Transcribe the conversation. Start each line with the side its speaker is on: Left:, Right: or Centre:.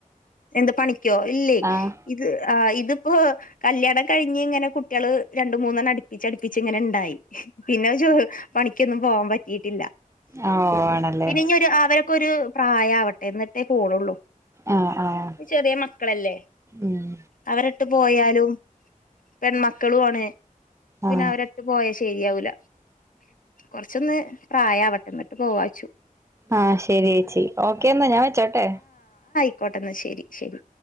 Left: എന്ത് പണിക്കോ, ഇല്ലേ
Right: ആഹ്
Left: ഇത് ആ ഇതിപ്പോ കല്യാണം കഴിഞ്ഞ് ഇങ്ങനെ കുട് കുട്ടികള് രണ്ടുമൂന്നെണ്ണം അടുപ്പിച്ചടുപ്പി പ്പിച്ചിങ്ങനെ ഉണ്ടായി പിന്നെ പണിക്കൊന്നും പോവാൻ പറ്റീട്ടില്ല.
Right: ഓ ആണല്ലേ
Left: പിന്നെ ഇനി ഒരു അവരൊക്കെ ഒരു പ്രായാവട്ടെ എന്നിട്ടേ പോണൊള്ളൂ.
Right: ആഹ് ആഹ്
Left: ചെറിയ മക്കളല്ലേ,
Right: ഉം
Left: അവരിട്ട് പോയാലും പെൺമക്കളും ആണെ. പിന്നെ
Right: ആഹ്
Left: അവരിട്ട് പോയ ശ ശരിയാവൂല കൊറച്ചൊന്ന് പ്രായാവട്ടന്നിട്ട് പോവാച്ചു.
Right: ആ ശരി ഏച്ചീ ഓക്കെന്നാ ഞാവെച്ചോട്ടെ.
Left: ക്കോട്ടന്നാശരി. ശരി.